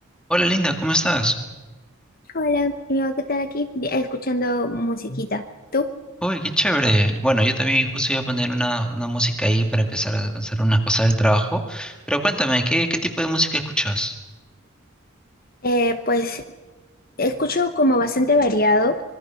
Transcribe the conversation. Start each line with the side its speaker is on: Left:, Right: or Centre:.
Centre: Hola Linda, ¿cómo estás?
Left: Hola, amigo, ¿qué tal aquí? Di- Escuchando musiquita. ¿Tú?
Centre: Uy, qué chévere. Bueno, yo también justo iba a poner una, una música ahí para empezar a hacer unas cosas del trabajo. Pero cuéntame, ¿qué, qué tipo de música escuchas?
Left: Eh, pues escucho como bastante variado,